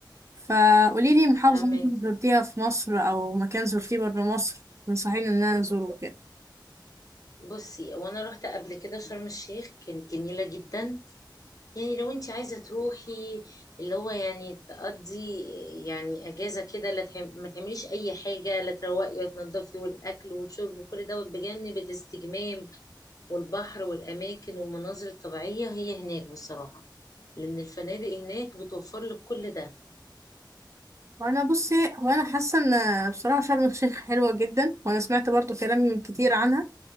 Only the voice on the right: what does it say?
فقولي لي محافظة
ممكن زرتيها في مصر او مكان زرتيه بره مصر تنصحيني ان انا ازوره كده
وانا بصي وانا حاسة ان بصراحة شرم الشيخ حلوة جدا وانا سمعت برضو كلام كتير عنها